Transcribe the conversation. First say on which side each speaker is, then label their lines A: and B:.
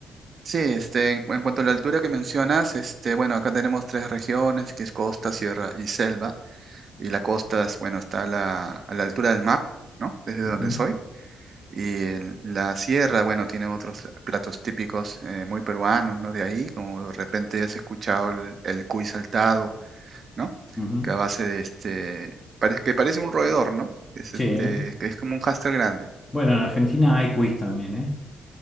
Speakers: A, on the right (about 55°); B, on the left (about 25°).
A: Sí, este, en, en cuanto a la altura que mencionas, este, bueno, acá tenemos tres regiones, que es costa, sierra y selva, y la costa es, bueno, está a la, a la altura del mar, ¿no? Desde donde
B: Ujú,
A: soy. Y en la sierra, bueno, tiene otros platos típicos eh, muy peruanos, ¿no? De ahí, como de repente has escuchado el, el cuy saltado, ¿no?
B: ujú.
A: Que a base de este, parece que parece un roedor, ¿no? Es
B: Sí.
A: este,
B: ¿eh?
A: que es como un hámster grande.
B: Bueno, en Argentina hay quiz también, ¿eh?